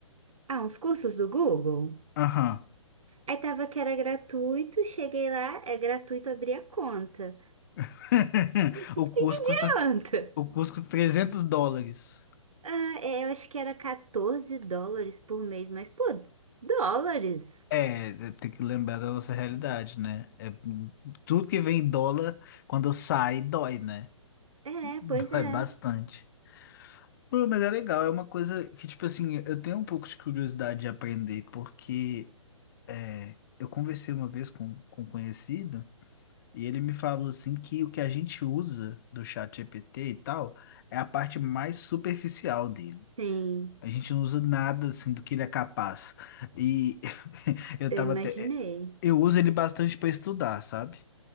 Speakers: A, on the right; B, on the left.
A: ah, uns cursos do Google.
B: aham.
A: Aí tava que era gratuito, cheguei lá, é gratuito abrir a conta.
B: <laughs>
A: <laughs> O que
B: O
A: que
B: curso custa,
A: adianta?
B: o curso custa 300 dólares.
A: Ah, é, eu acho que era 14 dólares por mês, mas pô, dólares?
B: É, é, tem que lembrar da nossa realidade, né? É, tudo que vem em dólar, quando sai, dói, né?
A: É,
B: Dói
A: pois é.
B: bastante. Pô, mas é legal, é uma coisa que, tipo assim, eu tenho um pouco de curiosidade de aprender, porque é, eu conversei uma vez com, com um conhecido. E ele me falou assim que o que a gente usa do chat GPT e tal é a parte mais superficial dele.
A: Sim,
B: A gente não usa nada assim do que ele é capaz. E <laughs> eu
A: eu
B: tava
A: imaginei.
B: até eh, eu uso ele bastante para estudar, sabe?